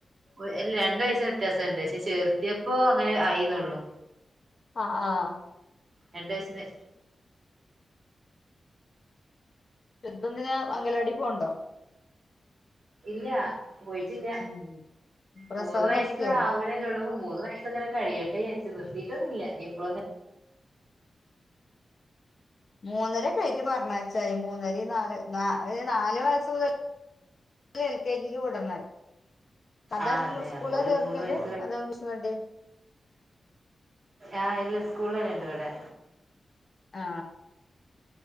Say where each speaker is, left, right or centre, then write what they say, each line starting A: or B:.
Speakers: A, on the right; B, on the left.
A: ഒര് ല്ല രണ്ടു വയസ്സിന്റെ വ്യത്യാസണ്ട് പക്ഷെ ചേർത്തിയപ്പോ അങ്ങനെ ആയിന്നൊള്ളു
B: ആഹ് ആഹ്
A: രണ്ട് വയസിന്
B: ചേരുത് എന്തിനാ അംഗലവാടി പോവു ണ്ടോ
A: ഇല്ല പോയിട്ടില്ല
B: ഉം പ്രസവം
A: മൂന്ന് വയസ്
B: നിർത്തിയോ
A: ആവണേയൊള്ളൂ മൂന്ന് വയസ്സങ്ങനെ കഴിയട്ടെ വിചാരിച്ചു നിർത്തിയിട്ടൊന്നില്ല ഇനി ഇപ്പോലൊന്ന്
B: മൂന്നരക്കായിട്ട് പറഞ്ഞയച്ചാതി മൂന്നര നാല് ന നാല് വയസ് മുതൽ ല് എൽ കെ ജിയില് വിടണെന്നു സാദാ
A: ആ അതെ
B: സ്കൂളാ
A: അപ്പൊ ഒരു
B: ചേർക്കല്
A: മൂന്ന് വയസ്സ് കഴി
B: അതോ ഇംഗ്ലീഷ് മീഡിയൊ
A: ആ ഇല്ലേ സ്കൂളിൽ തന്നെണ്ട് ഇവിടെ
B: ആ